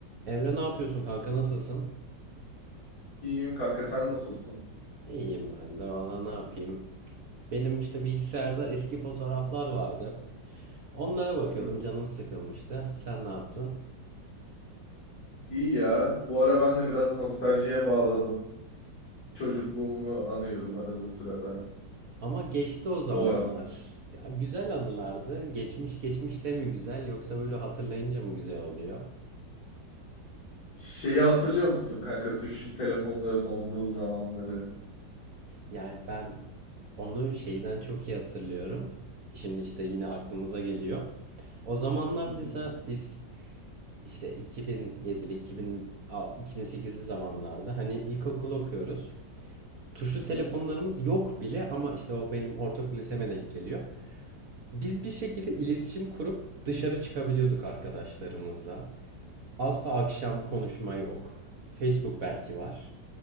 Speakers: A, on the right; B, on the left.
A: Emre ne yapıyorsun kanka nasılsın?
B: İyiyim kanka sen nasılsın?
A: İyiyim ben de valla ne yapayım. Benim işte bilgisayarda eski fotoğraflar vardı. Onlara bakıyordum
B: Hı hı.
A: canım sıkılmıştı. Sen ne yaptın?
B: İyi ya. Bu ara ben de biraz nostaljiye bağladım. Çocukluğumu anıyorum arada sırada.
A: Ama geçti o zamanlar.
B: Bu aralar.
A: Ya, güzel anılardı. Geçmiş geçmiş de mi güzel yoksa böyle hatırlayınca mı güzel oluyor?
B: Şeyi hatırlıyor musun kanka tuşlu telefonların olduğu zamanları?
A: Yani ben onu şeyden çok iyi hatırlıyorum. Şimdi işte yine aklımıza geliyor. O zamanlar
B: Hı
A: mesela
B: hı.
A: biz işte 2007'li 2006 2008'li zamanlarda hani ilkokul okuyoruz. Tuşlu
B: Hı
A: telefonlarımız
B: hı.
A: yok bile ama işte o benim ortaokul liseme denk geliyor. Biz bir şekilde iletişim kurup dışarı çıkabiliyorduk arkadaşlarımızla. Asla akşam konuşma yok. Facebook belki var.